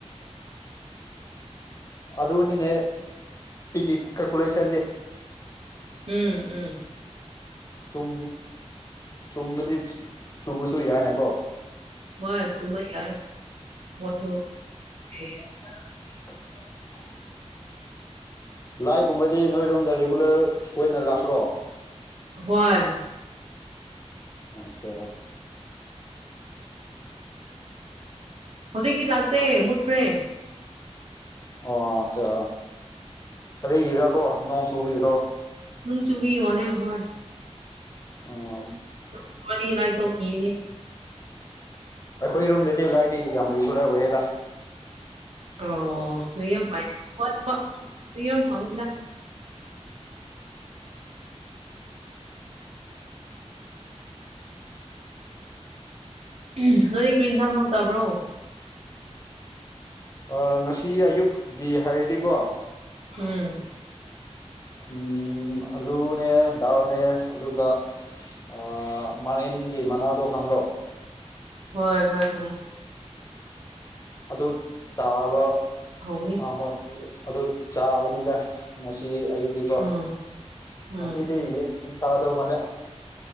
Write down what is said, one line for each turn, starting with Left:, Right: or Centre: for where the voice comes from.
Left: ꯑꯗꯨꯗꯅꯤꯅꯦ ꯇꯤꯒꯤ ꯏ ꯀ ꯀꯨꯂꯁꯗꯦ
Right: ꯎꯝ ꯎꯝ
Left: ꯆꯨꯝ ꯆꯨꯝꯕꯗꯤ ꯆꯨꯝꯕꯁꯨ ꯌꯥꯏꯅꯀꯣ
Right: ꯃꯥꯅ ꯇꯨꯝꯕ ꯌꯥꯏ ꯃꯣꯗꯔꯨ ꯑꯦ
Left: <unintelligible> ꯂꯥꯏꯒꯨꯝꯕꯗꯤ ꯅꯣꯏꯔꯨꯝꯗ ꯔꯤꯒꯨꯂꯔ ꯑꯣꯏꯅ ꯂꯥꯛꯄ꯭ꯔꯣ
Right: ꯍꯣꯏ
Left: ꯑꯆꯥ
Right: ꯍꯧꯖꯤꯛꯇꯤ ꯂꯥꯛꯇꯦ ꯃꯨꯠꯈ꯭ꯔꯦ
Left: ꯑꯣ ꯑꯆꯥ ꯈꯔꯤ ꯌꯦꯔ ꯀꯣ ꯅꯣꯡ ꯄꯨꯨꯕꯤꯔꯣ
Right: ꯅꯨꯡ ꯆꯨꯕꯤꯌꯣꯅꯦ ꯍꯣꯏ
Left: ꯑꯣꯝ
Right: ꯗꯣ ꯋꯥꯔꯤ ꯅꯥꯏꯇꯣ ꯀꯤꯕꯅꯤ
Left: ꯑꯩꯈꯣꯏ ꯔꯨꯝꯗꯗꯤ ꯂꯥꯏꯗꯤ ꯌꯥꯝ ꯔꯤꯒꯨꯂꯔ ꯑꯣꯏꯌꯦꯗ
Right: ꯑꯔꯑꯣ ꯅꯣꯏ ꯌꯥꯝ ꯄꯥꯏ ꯅꯅ ꯐꯣꯟ ꯅꯝꯕ ꯔꯤꯌ ꯐꯧꯅꯤꯅ ꯎꯝ ꯅꯣꯏ ꯀꯔꯤ ꯏꯟꯁꯥꯡ ꯅꯣꯡ ꯆꯥꯕ꯭ꯔꯣ
Left: ꯑ ꯉꯁꯤ ꯑꯌꯨꯛꯒꯤ ꯍꯥꯏꯔꯗꯤꯒꯣ
Right: ꯎꯝ
Left: ꯎꯝ ꯑꯂꯨꯅꯦ ꯗꯥꯜꯅꯦ ꯑꯗꯨꯒ ꯑꯥ ꯃꯪꯂꯦꯝꯒꯤ ꯃꯅꯥꯗꯣ ꯈꯪꯕ꯭ꯔꯣ
Right: ꯍꯣꯏ ꯍꯣꯏ ꯈꯪꯉ
Left: ꯑꯗꯨ ꯑꯗꯨ ꯆꯕ
Right: ꯍꯧꯕꯅꯦ
Left: ꯑ ꯍꯣꯏ ꯑꯗꯨ ꯆꯥꯕꯅꯤꯗ ꯉꯁꯤ ꯑꯌꯨꯛꯗꯤꯀꯣ
Right: ꯎꯝ
Left: ꯉꯁꯤ
Right: ꯎꯝ
Left: ꯑꯌꯦꯛꯗꯤꯀꯣ ꯉꯁꯤꯗꯤ
Right: ꯎꯝ
Left: ꯌꯦꯟ ꯆꯗꯧ ꯃꯅꯦ